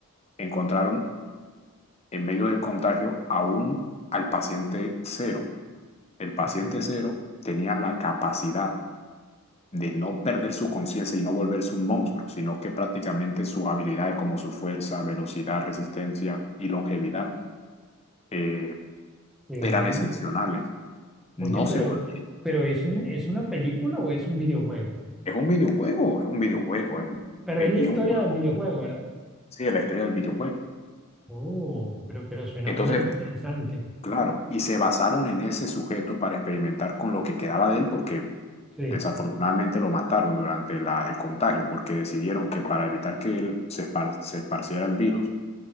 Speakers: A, on the left (about 30°); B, in the centre.
A: encontraron en medio del contagio aún al paciente cero. El paciente
B: sí.
A: cero tenía la capacidad de no perder su conciencia y no volverse un monstruo, sino que prácticamente sus habilidades como su fuerza, velocidad, resistencia y longevidad eh,
B: Eh,
A: eran excepcionales.
B: oye,
A: No
B: pero,
A: se volvieron.
B: pero ¿es un, es una película o es un videojuego?
A: Es un videojuego, es un videojuego, es,
B: Pero es la
A: y
B: historia
A: es un juego,
B: del videojuego, ¿verdad?
A: sí, de la historia del videojuego.
B: Oh, pero, pero suena
A: Entonces,
B: bien interesante.
A: claro, y se basaron en ese sujeto para experimentar con lo que quedaba de él, porque
B: Sí,
A: desafortunadamente lo mataron durante la- el contagio, porque decidieron que para evitar que él se, espar- se esparciera el virus,